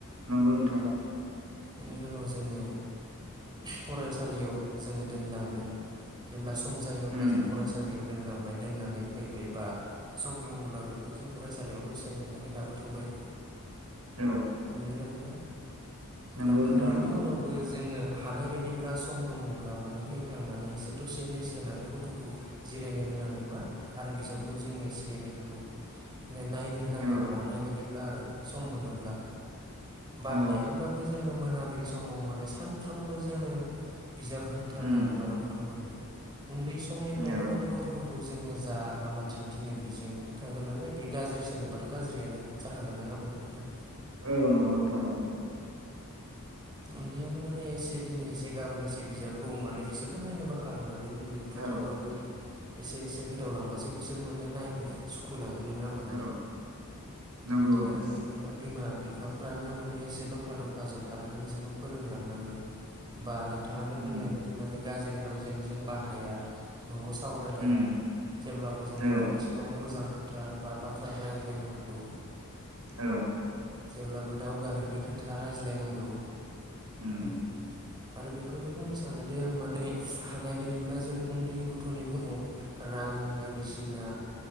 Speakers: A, on the right (about 80°); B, on the right (about 20°).
A: नंगौ नोंथां
B: बेनि उनाव जोङो फरायसालियाव जोङो दोनलांगोन जेब्ला सम जायो अब्ला
A: उम
B: जों फरायसालियाव दोनलांबाय दोननानै फैबाय बा सम दङब्ला बेखौ जों फरायसालियावनो दसे नेनानै लाबोथ'बाय
A: औ
B: नोंगोना नोंथां
A: नंगौ
B: लाबखांनायनि
A: नोंथां नंगौ
B: उनावबो जोङो हानाय बायदिब्ला सम दङब्ला माने फैखांनानै एसे दसे रेस्ट होनानै गथ'खौ जिरायनो होनानै मा आरो बिजाबखौ जोंङो एसे लेखाखौ नायनो होनांगौ
A: औ
B: हानाय बायदि ब्ला आरो सम मोनोब्ला बा
A: औ
B: हायाब्लाबो मोनाबिलि समाव माने सानफ्रोमबो जोङो बिजाब होथारनांगौ
A: उम
B: आरो गथ'फोरनो उन्दै समनिफ्रायनो
A: औ औ
B: माने गथ'फोरखौ जोङो जा लामाथिं थिनो बेजों थांगोन नालाय बे गाज्रि सोलोंबाथ' गाज्रियानो जाखागोन नङा होमबानो नोंथां
A: औ नंगौ नोंथां नंगौ
B: उन्दैयावनो माने एसे दिनै एसे गाबोन एसे बे बिजाबखौ माने बिसोरथ' नायनो बाखागोन नालाय उन्दै गथ'आ
A: औ
B: थेवब्लाबो एसे एसे होदावलांबासो बिसोर बिसोर माने नायनो सुखु लांगोन नंङा होमबा नोंथां
A: औ नंगौ
B: बिदिनो
A: नंगौ
B: हानाय बायदिब्ला बिमा बिफा फ्रानो माने एसे दफा दफा जफानानै बिरखौ फोरोंलांनांगो बा नों थांङानो बुंनाय
A: उम
B: बायदि माने गाज्रि रावजों जों बाहाया न'आव सावरायलाया
A: उम
B: जेब्लाबो जों
A: औ
B: गथ'नि सिगाङाव मोजां खोथा बा बाथ्रा रायज्लायनांगौ
A: औ
B: जेब्लाबो दावगानायनि खोथा रायज्लायनांगौ
A: उम
B: औ आरो बेखौनो बुंनो सानोदि आं माने हानाय बायदिब्ला जों उन्दै गथ'नि समाव रां बायदिसिना